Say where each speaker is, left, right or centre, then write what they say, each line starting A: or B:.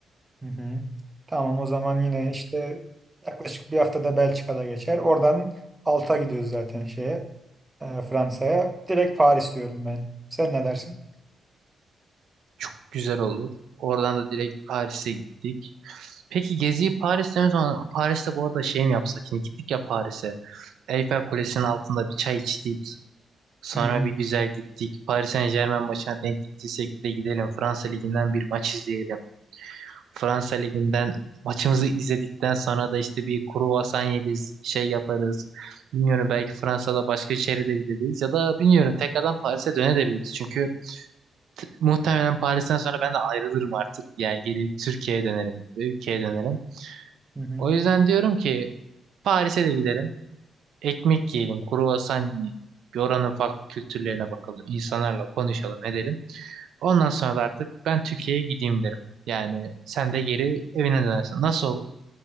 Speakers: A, on the right; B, on the right.
A: Hı hı. Tamam o zaman yine işte yaklaşık bir haftada Belçika'da geçer. Oradan alta gidiyoruz zaten şeye e, Fransa'ya. Direkt Paris diyorum ben. Sen ne dersin?
B: Çok güzel olur. Oradan da direkt Paris'e gittik. Peki geziyi Paris'te mi sonra Paris'te bu arada şey mi yapsak? Şimdi gittik ya Paris'e. Eiffel Kulesi'nin altında bir çay içtik. Sonra
A: Hı hı.
B: bir güzel gittik. Paris Saint-Germain maçına denk gittiysek bir de gidelim. Fransa Ligi'nden bir maç izleyelim. Fransa Ligi'nden maçımızı izledikten sonra da işte bir kruvasan yeriz, şey yaparız. Bilmiyorum belki Fransa'da başka şehre de gideriz ya da bilmiyorum tekrardan Paris'e dönebiliriz. Çünkü muhtemelen Paris'ten sonra ben de ayrılırım artık. Yani geri Türkiye'ye dönerim, gibi, ülkeye dönerim.
A: Hı hı.
B: O yüzden diyorum ki Paris'e de gidelim. Ekmek yiyelim, kruvasan yiyelim. Bir Oranın farklı kültürlerine bakalım. insanlarla konuşalım, edelim. Ondan sonra da artık ben Türkiye'ye gideyim derim. Yani sen de geri evine dönersin. Nasıl olur?